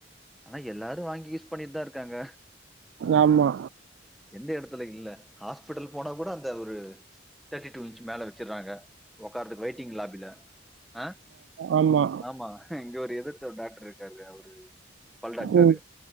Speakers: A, in the centre; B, on the right.
A: ஆனா எல்லாரு வாங்கி யூஸ் பண்ணிட்டுதா இருக்காங்க
B: ஆமா
A: எந்த இடத்துல இல்ல ஹாஸ்பிட்டல் போனா கூட அந்த ஒரு தேர்ட்டி டூ இன்ச் மேல வச்சுடுறாங்க உட்காரருதுக்கு வெயிட்டிங் லாபியில ஆ
B: ஆமா
A: ஆமா இங்க ஒரு எதிர்க்க ஒரு டாக்டர் இருக்காரு அவரு பல் டாக்டரு
B: ம்